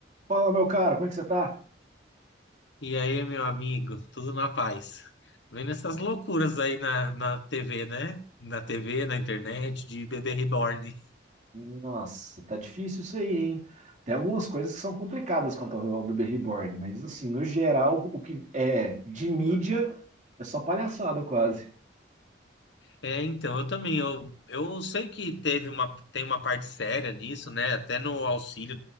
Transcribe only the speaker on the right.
Fala, meu caro, como é que você tá?
Nossa, tá difícil isso aí, hein? Tem algumas coisas que são complicadas quanto ao ao bebê reborn, mas assim, no geral, o que é de mídia é só palhaçada quase.